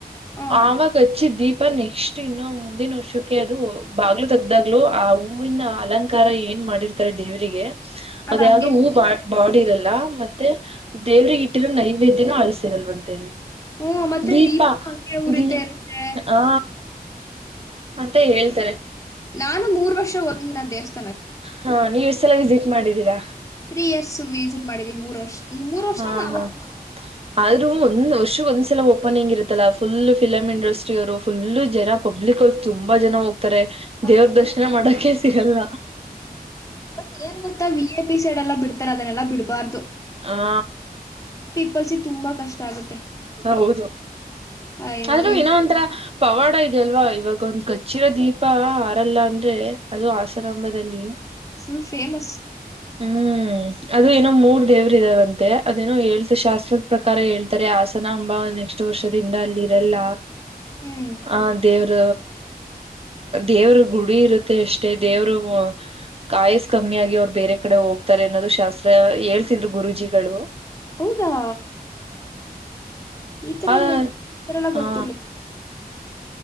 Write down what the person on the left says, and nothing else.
ಹ
ಅದ್
ಹಂಗೆ
ಇರುತ್ತಂತೆ
ಹ್ಮ ಮತ್ತೆ
ದೀಪನು ಹಂಗೆ ಉರಿತಾ
ಇರುತ್ತೆ
ನಾನು ಮೂರ್ ವರ್ಷ ಹೋಗಿನ ದೇವಸ್ಥ
ತ್ರೀ ಇಯರ್ಸ್ ವಿಸಿಟ್ ಮಾಡಿದೀ ಮೂರ್ ವರ್ಷ ಮೂರ್ ವರ್ಷ
ನಾಲ್ಕು
ವರ್ಷ
ಹೆವಿ
ಟ್ರಾಫಿಕ್
ಬಟ್ ಏನ್ ಗೊತ್ತಾ ವಿ ಎ ಪಿ ಸೈಡ್ ಎಲ್ಲಾ ಬಿಡ್ತಾರ ಅದನ್ನೆಲ್ಲಾ ಬಿಡ್ಬಾರ್ದು
ಕಲ್ಸಿ ತುಂಬಾ ಕಷ್ಟ ಆಗುತ್ತೆ
ಅಯ್ಯೋ
ಇವ್ರು
ಫುಲ್ ಫೇಮಸ್
ಹ್ಮ್
ಹೌದಾ ಈ ತರ
ಎಲ್ಲ ಇದ ಈತರೆ ಎಲ್ಲ
ಗೊತ್ತಿರ್ಲಿಲ್ಲ